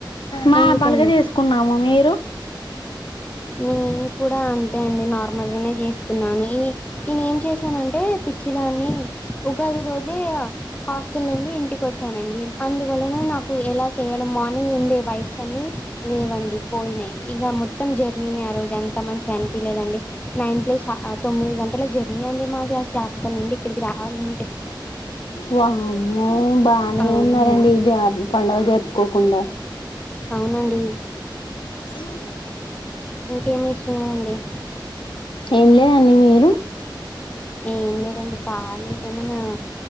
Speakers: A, on the left (about 80°); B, on the left (about 20°).
A: మార్మలుగా
B: ఎందుకండి
A: చేసుకున్నాము మీరు
B: నేను కూడా అంతే అన్ నార్మల్ గానే చేసుకున్నాను ఈ నేనేం చేశానంటే పిచ్చిదాన్ని ఉగాది రోజే హాస్టల్ నుండి ఇంటికొచ్ చానండి అందువలన నాకు ఎలా చెయ్యడం మార్నింగ్ ఉండే వైప్స్ అన్ని లేవండి పోయినాయి ఇక మొత్తం జ నేను ఆ రోజు అంత మంచిగా అనిపిలేదండి నైన్ ప్లస్ అ ఆ తొమ్మిది గంటల జర్ మి అండి మాది అది శాత్తానుండి ఇక్కడికి రావాలంటే
A: వామ్మో బానే
B: అవునండి.
A: ఉన్నారండి జాబ్ పండుగ జేత్ కోకుండా
B: అవునండి
A: ఏమదు
B: ఇంకేం చేషినా అండి
A: ఏం లేదండి మీరు
B: ఏం లేదండి కాలి ఏమన్నా